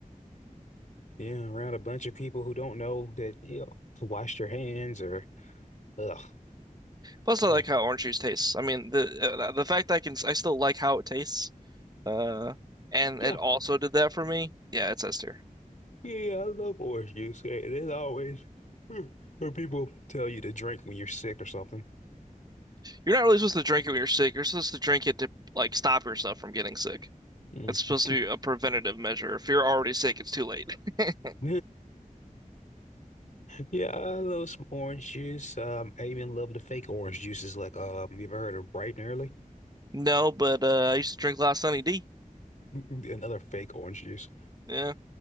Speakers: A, on the left; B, on the right.
A: Yeah, around a bunch of people who don't know that, you know, to wash their hands or ugh.
B: Plus, I
A: Uh,
B: like how orange juice tastes. I mean, the uh, the fact that I can I still like how it tastes Uh, and
A: yeah.
B: it also did that for me. Yeah, it's ester.
A: Yeah, yeah, I love orange juice. Hey, There's always mm, where people tell you to drink when you're sick or something.
B: You're not really supposed to drink it when you're sick. You're supposed to drink it to like stop yourself from getting sick.
A: Mm.
B: It's supposed to be a preventative measure. If you're already sick, it's too late. <laughs>
A: <laughs> Yeah, I love some orange juice. Um, I even love the fake orange juices like um you ever heard of Bright and Early?
B: No, but uh, I used to drink a lot of Sunny D.
A: <laughs> Another fake orange juice.
B: Yeah,